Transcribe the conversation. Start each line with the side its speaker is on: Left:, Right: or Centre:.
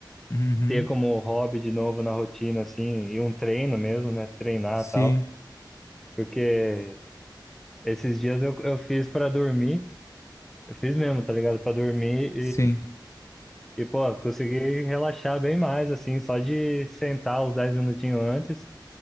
Left: uhum,
Centre: Ter como hobby de novo na rotina, assim, e um treino mesmo, né? Treinar
Left: sim,
Centre: e tal. Porque esses dias eu, eu fiz pra dormir. Eu fiz mesmo, tá ligado? Pra dormir
Left: sim,
Centre: E, pô, consegui relaxar bem mais, assim, só de sentar os 10 minutinhos antes